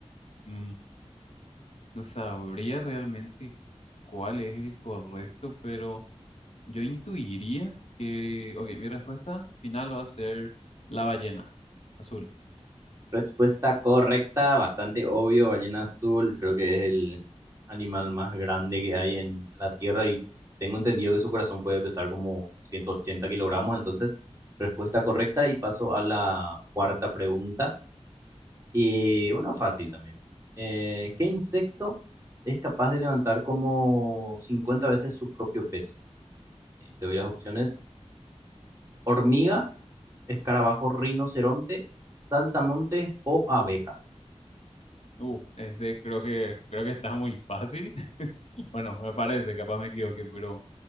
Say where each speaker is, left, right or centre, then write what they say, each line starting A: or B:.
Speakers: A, on the left; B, on the right.
A: Mm, no sabría realmente cuál es el correcto, pero Yo intuiría que, ok, mi respuesta final va a ser la ballena azul.
B: Respuesta correcta, bastante obvio, ballena azul, creo que es el animal más grande que hay en la Tierra y tengo entendido que su corazón puede pesar como 180 kilogramos, entonces respuesta correcta y paso a la cuarta pregunta. Y una fácil también. Eh, ¿qué insecto es capaz de levantar como 50 veces su propio peso? Eh, te doy las opciones, hormiga, escarabajo, rinoceronte, saltamontes o abeja.
A: Uh, este creo que creo que está muy fácil. <laughs> Bueno, me parece, capaz me equivoqué, pero